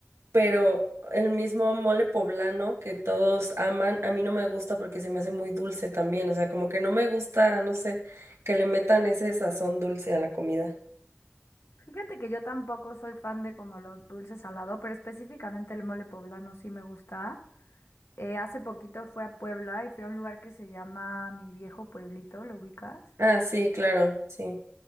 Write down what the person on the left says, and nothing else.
Fíjate que yo tampoco soy fan de como lo dulce salado, pero específicamente el mole poblano sí me gusta. Eh, hace poquito fui a Puebla y fui a un lugar que se llama Mi Viejo Pueblito, ¿lo ubicas?